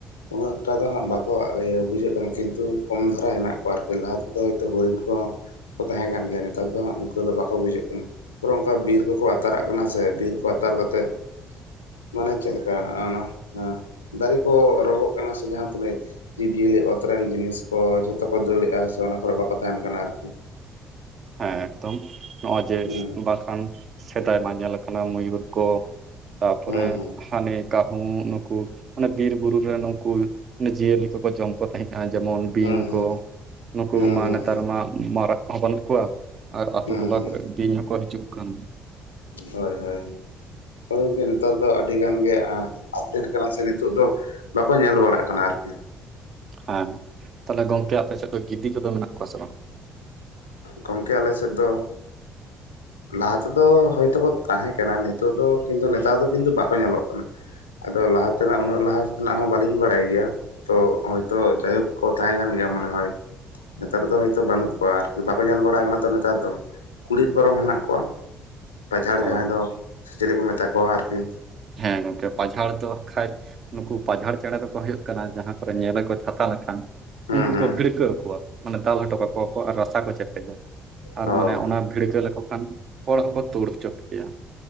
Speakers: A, on the left; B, on the right.
A: ᱩᱱᱟᱹᱜ ᱴᱟᱜ ᱫᱚ ᱦᱟᱸᱜ ᱵᱟᱠᱚ ᱤᱭᱟᱹ ᱵᱩᱡᱷᱟᱹᱜ ᱠᱟᱱᱟ ᱠᱤᱱᱛᱩ ᱠᱚᱢ ᱫᱷᱟᱨᱟ ᱦᱮᱱᱟᱜ ᱠᱚᱣᱟ ᱟᱨᱠᱤ ᱞᱟᱦᱟ᱾ ᱦᱚᱭᱛᱳ ᱦᱚᱨᱤᱱ ᱠᱚᱦᱚᱸ ᱠᱚ ᱛᱟᱦᱮᱸ ᱠᱟᱱ ᱜᱮᱭᱟ᱾ ᱱᱮᱛᱟᱨ ᱫᱚ ᱩᱱᱠᱩ ᱫᱚ ᱵᱟᱠᱚ ᱵᱩᱡᱷᱟᱹᱜ ᱠᱟᱱᱟ᱾ ᱯᱚᱨᱮ ᱚᱱᱠᱟ ᱵᱤᱨ ᱠᱚᱠᱚ ᱟᱛᱟᱨᱟᱜ ᱠᱟᱱᱟ ᱥᱮ, ᱵᱤᱨ ᱠᱚ ᱟᱛᱟᱨ ᱠᱟᱛᱮᱜ ᱢᱟᱱᱮ ᱪᱮᱫ ᱞᱮᱠᱟ ᱚᱱᱟ ᱫᱟᱨᱮ ᱠᱚ ᱨᱚᱸᱜᱚᱜ ᱠᱟᱱᱟ ᱥᱮ ᱡᱟᱦᱟᱸ ᱛᱤᱱᱟᱹᱜ ᱡᱤᱵᱽᱡᱤᱭᱟᱹᱞᱤ ᱚᱛᱨᱮᱱ ᱡᱤᱱᱤᱥ ᱠᱚ ᱡᱷᱚᱛᱚ ᱠᱚ ᱫᱟᱹᱲᱮᱜᱼᱟ᱾ ᱥᱮ ᱚᱱᱟ ᱠᱚᱨᱮ ᱵᱟᱠᱚ ᱛᱟᱦᱮᱱ ᱠᱟᱱᱟ ᱟᱨᱠᱤ᱾
B: ᱦᱮᱸ ᱮᱠᱫᱚᱢ ᱱᱚᱜᱼᱚᱭ ᱡᱮ
A: ᱦᱩᱸ
B: ᱵᱟᱠᱷᱟᱱ ᱥᱮᱫᱟᱭ ᱢᱟ ᱧᱮᱞ ᱟᱠᱟᱱᱟ ᱢᱚᱭᱩᱨ ᱠᱚ᱾ ᱛᱟᱯᱚᱨᱮ
A: ᱦᱩᱸ ᱦᱩᱸ
B: ᱦᱟᱱᱤ ᱠᱟᱸᱦᱩ ᱱᱩᱠᱩ ᱢᱟᱱᱮ ᱵᱤᱨ ᱵᱩᱨᱩ ᱨᱮ ᱩᱱᱠᱩ ᱡᱤᱭᱟᱹᱞᱤ ᱠᱚᱠᱚ ᱡᱚᱢ ᱠᱚ ᱛᱟᱦᱮᱸᱫᱼᱟ ᱡᱮᱢᱚᱱ ᱵᱤᱧ
A: ᱦᱩᱸ ᱦᱩᱸ
B: ᱠᱚ, ᱱᱩᱠᱩ
A: ᱦᱩᱸ ᱦᱩᱸ
B: ᱢᱟ
A: ᱦᱩᱸ
B: ᱱᱮᱛᱟᱨ ᱢᱟ ᱢᱟᱨᱟᱜ ᱠᱚᱦᱚᱸ ᱵᱟᱹᱱᱩᱜ ᱠᱚᱣᱟ᱾ ᱟᱨ ᱟᱹᱛᱩ
A: ᱦᱩᱸ
B: ᱴᱚᱞᱟ
A: ᱦᱩᱸ
B: ᱠᱚᱨᱮ ᱵᱤᱧ ᱦᱚᱸᱠᱚ ᱦᱤᱡᱩᱜ ᱠᱟᱱ᱾
A: ᱦᱳᱭ ᱦᱳᱭ ᱦᱳᱭ ᱜᱚᱝᱠᱮ ᱱᱮᱛᱟᱨ ᱫᱚ ᱟᱹᱰᱤ ᱜᱟᱱ ᱜᱮ ᱟ ᱟᱯᱰᱮᱴ ᱠᱟᱱᱟ ᱥᱮ ᱱᱤᱛᱚᱜ ᱫᱚ, ᱵᱟᱠᱚ ᱧᱮᱞ ᱵᱟᱲᱟᱜ ᱠᱟᱱᱟ ᱟᱨᱠᱤ᱾
B: ᱦᱮᱸ ᱛᱟᱦᱚᱞᱮ ᱜᱚᱝᱠᱮ ᱟᱯᱮ ᱥᱮᱫ ᱫᱚ ᱜᱤᱫᱤ ᱠᱚᱫᱚ ᱢᱮᱱᱟᱜ ᱠᱚᱣᱟ ᱥᱮ ᱵᱟᱝ?
A: ᱜᱚᱝᱠᱮ ᱟᱞᱮ ᱥᱮᱫ ᱫᱚ ᱞᱟᱦᱟ ᱛᱮᱫᱚ ᱦᱚᱭ ᱛᱟᱦᱮᱸ ᱠᱟᱱᱟ ᱱᱤᱛᱚᱜ ᱫᱚ ᱠᱤᱱᱛᱩ ᱱᱮᱛᱟᱨ ᱫᱚ ᱠᱤᱱᱛᱩ ᱵᱟᱠᱚ ᱧᱮᱞᱚᱜ ᱠᱟᱱᱟ᱾ ᱟᱫᱚ ᱞᱟᱦᱟ ᱛᱮᱱᱟᱜ ᱩᱱᱟᱹᱜ ᱞᱟᱦᱟ᱾ ᱱᱟᱜ ᱦᱚᱸ ᱵᱟᱞᱤᱧ ᱵᱟᱲᱟᱭ ᱜᱮᱭᱟ ᱛᱚ ᱦᱚᱳᱭᱛᱳ ᱡᱟᱭᱦᱳᱠ ᱠᱚ ᱛᱟᱦᱮᱸ ᱠᱟᱱ ᱜᱮᱭᱟ ᱢᱚᱱᱮ ᱦᱚᱭ ᱱᱮᱛᱟᱨ ᱫᱚ ᱦᱳᱭᱛᱚ ᱵᱟᱹᱱᱩᱜ ᱠᱚᱣᱟ ᱟᱨᱠᱤ ᱵᱟᱠᱚ ᱧᱮᱞ ᱵᱟᱲᱟ ᱠᱟᱱᱟ ᱛᱚ ᱱᱮᱛᱟᱨ ᱫᱚ ᱠᱩᱲᱤᱫ ᱵᱚᱨᱚᱝ ᱦᱮᱱᱟᱜ ᱠᱚᱣᱟ᱾ ᱯᱟᱡᱷᱟᱲ
B: ᱦᱳᱭ
A: ᱡᱟᱦᱟᱸᱭ ᱫᱚ ᱥᱮ ᱪᱤᱞᱤ ᱠᱚ ᱢᱮᱛᱟ ᱠᱚᱣᱟ ᱟᱨᱠᱤ
B: ᱦᱮᱸ ᱜᱚᱝᱠᱮ ᱯᱟᱡᱷᱟᱲ ᱫᱚ ᱠᱷᱟᱡ ᱱᱩᱠᱩ ᱯᱟᱡᱷᱟᱲ ᱪᱮᱸ-ᱬᱮᱸ ᱫᱚᱠᱚ ᱦᱩᱭᱩᱜ ᱠᱟᱱᱟ ᱡᱟᱦᱟᱸ ᱠᱚᱨᱮ ᱧᱮᱞᱮ ᱠᱚ ᱪᱷᱟᱛᱟ ᱞᱮᱠᱷᱟᱱ᱾
A: ᱦᱩᱸ
B: ᱩᱱᱠᱩ
A: ᱦᱩᱸ
B: ᱠᱚ ᱵᱷᱤᱲᱠᱟᱹᱣ ᱠᱚᱣᱟ, ᱢᱟᱱᱮ ᱫᱟᱞ ᱦᱚᱴᱚ ᱠᱟᱠᱚᱣᱟ ᱠᱚ, ᱟᱨ ᱨᱟᱥᱟ ᱠᱚ ᱪᱮᱯᱮᱡᱟ ᱟᱨ
A: ᱚ
B: ᱢᱟᱱᱮ ᱚᱱᱟ ᱵᱷᱤᱲᱠᱟᱹᱣ ᱞᱮᱠᱚ ᱠᱷᱟᱱ ᱦᱚᱲ ᱦᱚᱸᱠᱚ ᱛᱩᱲ ᱦᱚᱪᱚᱜ ᱜᱮᱭᱟ᱾